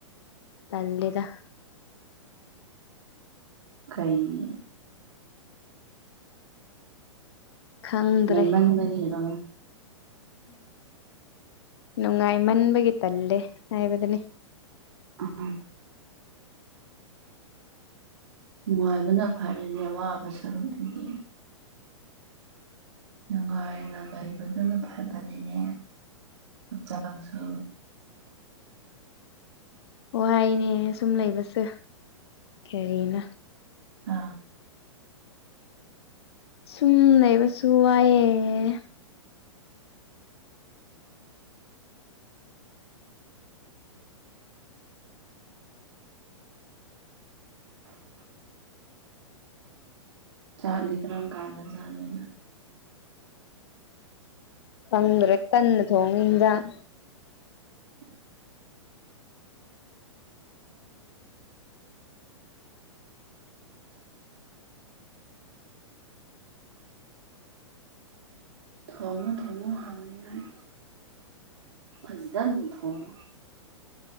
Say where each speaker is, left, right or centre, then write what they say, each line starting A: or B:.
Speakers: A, on the left; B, on the right.
A: ꯇꯜꯂꯦꯗ
B: ꯀꯩꯅꯤ
A: ꯈꯪꯗ꯭ꯔꯦ
B: ꯃꯩ ꯃꯟꯕꯒꯤꯔꯣ
A: ꯅꯨꯡꯉꯥꯏꯃꯟꯕꯒꯤ ꯇꯜꯂꯦ ꯍꯥꯏꯕꯗꯨꯅꯤ
B: <inaudible> ꯅꯨꯡꯉꯥꯏꯕꯅ ꯐꯔꯦꯅꯦ ꯑꯋꯥꯕ ꯁꯔꯨꯛꯇꯨꯗꯤ ꯅꯨꯡꯉꯥꯏꯅ ꯂꯩꯕꯗꯨꯅ ꯐꯕꯅꯦꯅꯦ ꯍꯛꯆꯥꯡꯁꯨ
A: ꯋꯥꯏꯅꯦ ꯁꯨꯝ ꯂꯩꯕꯁ ꯀꯔꯤꯅꯣ
B: ꯍꯥꯥ
A: ꯁꯨꯝ ꯂꯩꯕꯁꯨ ꯋꯥꯏꯌꯦ
B: <inaudible> ꯆꯥꯛꯅꯤ ꯀ꯭ꯔꯝ ꯀꯥꯟꯗ ꯆꯥꯗꯣꯏꯕ
A: ꯈꯪꯗ꯭ꯔꯦ ꯀꯟꯅ ꯊꯣꯡꯉꯤ ꯏꯪꯖꯥꯡ
B: <inaudible> ꯊꯣꯡꯉꯨ ꯊꯣꯡꯉꯨ ꯍꯥꯎꯅꯤꯉꯥꯏ ꯐꯖꯟ ꯊꯣꯡꯉꯣ